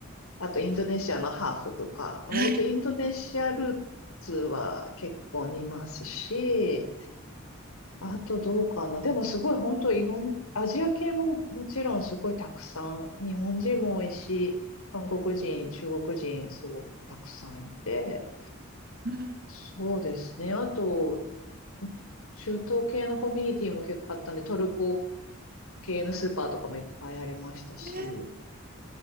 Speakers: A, on the left; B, on the right.
A: あとインドネシアのハーフとか、割とインドネシアルーツは結構見ますし、
B: はい。
A: あとどうかな。でもすごい本当いろん、アジア系ももちろんすごいたくさん、日本人も多いし、韓国人、中国人すごくたくさんいて、
B: うん
A: そうですね。あと、中東系のコミュニティも結構あったんで、トルコ系のスーパーとかもいっぱいありましたし、
B: えー